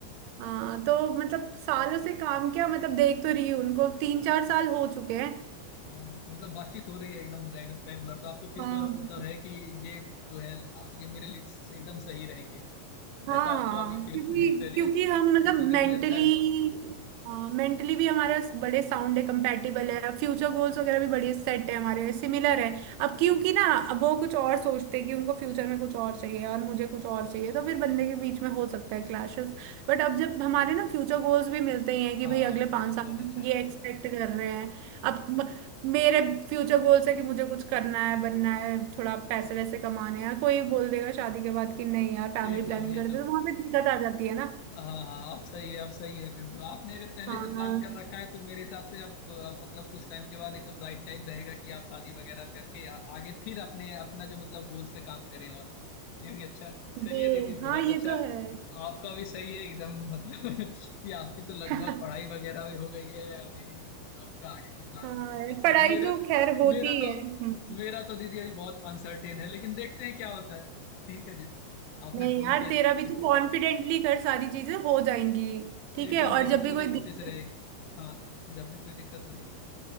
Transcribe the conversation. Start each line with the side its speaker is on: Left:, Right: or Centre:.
Right: हाँ तो मतलब सालों से काम किया मतलब देख तो रही हूँ उनको तीन चार साल हो चुके हैं
Left: अ, तो मतलब बातचीत हो रही है एकदम रेगुलर तो आपको फील
Right: हाँ
Left: हो मतलब है कि ये जो है अ, ये मेरे लिए एकदम सही रहेंगे
Right: हाँ
Left: ऐसा आपको
Right: हाँ हाँ।
Left: अभी फील
Right: क्योंकि
Left: <laughs> चलिए
Right: क्योंकि
Left: फिर
Right: हम मतलब
Left: तो दीदी
Right: मेंटली
Left: अच्छा है बहुत
Right: मेंटली भी हमारे बड़े साउंड है कंपैटिबल है फ्यूचर गोल्स वगैरह भी बड़े सेट है हमारे सिमिलर है अब क्योंकि ना अब वो कुछ और सोचते हैं कि उनको फ्यूचर में कुछ और चाहिए और मुझे कुछ और चाहिए तो फिर बंदे के बीच में हो सकता है क्लैशेस बट अब जब हमारे ना फ्यूचर गोल्स भी मिलते ही हैं कि
Left: हाँ
Right: भाई अगले
Left: फिर
Right: पाँच
Left: तो बहुत
Right: साल में
Left: अच्छा
Right: हम
Left: है
Right: ये एक्सपेक्ट कर रहे हैं अब मेरे फ्यूचर गोल्स है कि मुझे कुछ करना है बनना है थोड़ा पैसे वैसे कमाने हैं कोई बोल देगा शादी के बाद कि नहीं यार फैमिली
Left: एकदम
Right: प्लानिंग
Left: ये
Right: कर दे
Left: तो
Right: तो वहां पे दिक्कत आ जाती है ना
Left: हाँ हाँ आप सही है आप सही है फिर तो आपने अगर पहले
Right: हाँ
Left: से प्लान कर रखा है तो मेरे हिसाब से अब अ, मतलब कुछ टाइम के बाद एकदम राइट टाइम रहेगा कि आप शादी वगैरह करके आ, आगे फिर अपने अपना जो मतलब गोल्स पे काम करें और ये भी अच्छा है चलिए
Right: जी
Left: दीदी
Right: हाँ
Left: बहुत
Right: ये
Left: अच्छा
Right: तो
Left: है
Right: है
Left: आपका भी सही है एकदम मतलब <laughs> कि आपकी तो लगभग
Right: <laughs>
Left: पढ़ाई वगैरह भी हो गई है अभी आपका आगे के प्लान
Right: हाँ
Left: भी बहुत
Right: यार,
Left: अच्छे
Right: पढ़ाई
Left: हैं मेरे
Right: तो खैर होती
Left: मेरा
Right: ही
Left: तो
Right: है हम्म।
Left: मेरा तो दीदी अभी बहुत अनसर्टेन है लेकिन देखते हैं क्या होता है ठीक है दीदी आपने
Right: नहीं
Left: फोन
Right: यार
Left: किया
Right: तेरा भी
Left: <laughs>
Right: तो कॉन्फिडेंटली कर सारी चीजें हो जाएंगी ठीक
Left: एकदम
Right: है और
Left: दीदी
Right: जब भी
Left: पूरी
Right: कोई
Left: कोशिश
Right: दिक्कत
Left: रहेगी हाँ जब भी कोई दिक्कत होगी